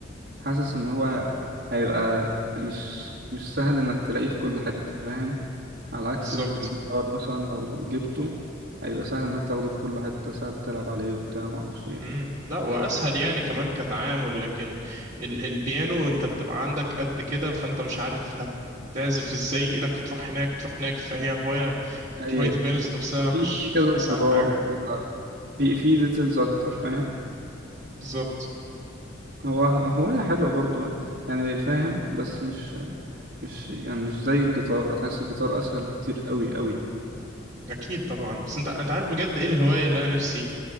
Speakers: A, on the right; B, on the right.
A: حاسس ان هو
B: مم.
A: هيبقى مش مش سهل انك تلاقيه في كل حتة فاهم على عكس
B: بالظبط
A: الجيتار مثلا لو جبته هيبقى سهل انك تاخده
B: مم.
A: في كل حتة سهل تلعب عليه وبتاع معرفش ايه
B: مم. لا واسهل يعني كمان كتعامل لكن ال البيانو انت بتبقى عندك قد كده فانت مش عارف هتعزف ازاي ايدك هتروح هناك تروح هناك فهي هواية
A: اي
B: هواية البيانو ذات نفسها
A: في
B: مش
A: في كذا
B: مش اسهل
A: زرار
B: حاجة
A: وكذا في في ديتيلز اكتر
B: مم.
A: فاهم
B: بالظبط
A: هو هواية حلوة برضو يعني يعني فاهم بس مش مش يعني مش زي الجيتار هتحس الجيتار اسهل بكتير قوي قوي
B: اكيد طبعا بس انت انت عارف بجد ايه الهواية اللي انا نفسي